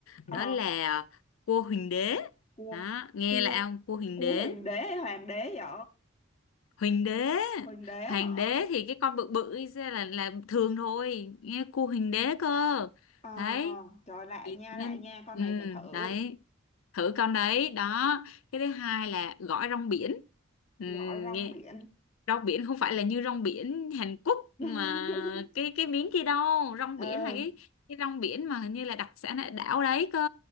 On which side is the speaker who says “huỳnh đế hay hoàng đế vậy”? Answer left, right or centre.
Left